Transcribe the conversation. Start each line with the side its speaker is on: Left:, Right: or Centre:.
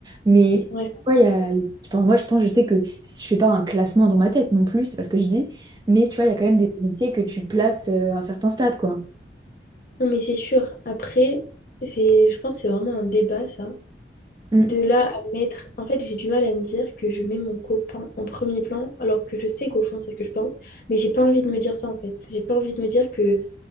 Right: Mais
Left: Ouais.
Right: ouais, il y a... enfin, moi je pense, je sais que je fais pas un classement dans ma tête non plus, c'est pas ce que je dis, mais tu vois, il y a quand même des amitiés que tu places euh, à un certain stade, quoi.
Left: Non, mais c'est sûr. Après, c'est, je pense que c'est vraiment un débat ça.
Right: Mm.
Left: De là à mettre. En fait, j'ai du mal à me dire que je mets mon copain en premier plan alors que je sais qu'au fond, c'est ce que je pense. Mais j'ai pas envie de me dire ça en fait. J'ai pas envie de me dire que.